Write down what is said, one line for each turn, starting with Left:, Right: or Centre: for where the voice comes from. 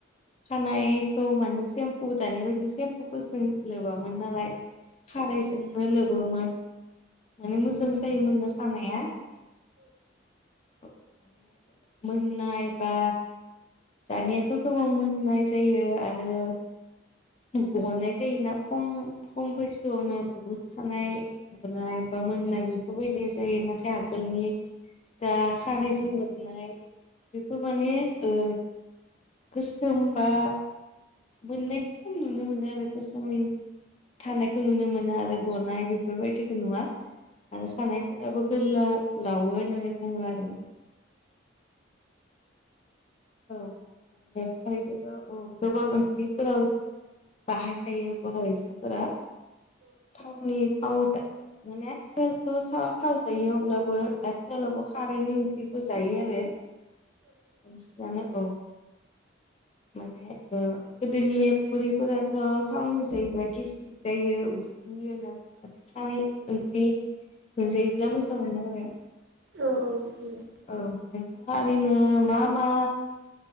Left: खानायखौ माने सेम्पु दानि बायदि सेम्फुफोर जों लोबामोन नालाय खारैजोंनो लोबोमोन माने मोजां जायोमोननो खानाया औ माने मोननाय बा दानियाथ' गोबां मोननाय जायो आरो गननाय जायोना खम खम बैसोआवनो बहुद थानाय गुनाय बा मोननाय बेफोरबायदि जायो नाथाय आगोलनि जा खारै जनो बेफोर माने ओ गोसोम बा मोननायखौ खम नुनो मोनो आरो गोसोमनि थानायखौ नुनो मोनो आरो गनाय बेफोरबायदिखौ नुवा आरो खानायफोराबो गोलाव लावो होननानै बुङो आरो औ <unintelligible> बाहायखायो बर' आइजोफोरा थावनि थाव जा माने आथिखालथ' थाव जायो अब्लाबो आथिखालावबो खारैनि बेखौ जायो आरो नोंसोरानो औ माने ओ गोदोनि बुरैफोराथ' टाउन जाहैबाय दिस्ट्रिक जायो उदै दुयो होनना बुङो ओमफाय ओंख्रि मोनजायोब्ला मोजां मोनो आरो।
Right: औ औ <unintelligible>
Left: औ नोंथाङा ओरैनो मा मा